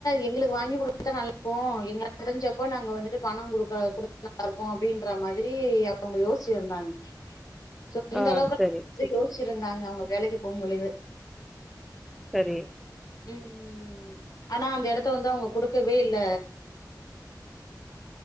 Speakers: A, on the left (about 55°); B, in the centre.
A: எங்களுக்கு வாங்கி குடுத்தா நல்லக்கும் எங்க தெரிஞ்ச அப்போ நாங்க வந்துட்டு பணம் குடுக்க குடுத்தா நல்லா இருக்கும் அப்டின்ற மாதிரி அவுங்க யோசிச்சுருந்தாங்க சோஅந்த
B: ஆ
A: அளவுக் லாம்
B: சரி
A: யோசிச்சிருந்தாங்க அவுங்க வேலைக்கு போம் பொழுது
B: சரி
A: ம் ஆனா அந்த எடத்த வந்து அவுங்க குடுக்கவே இல்ல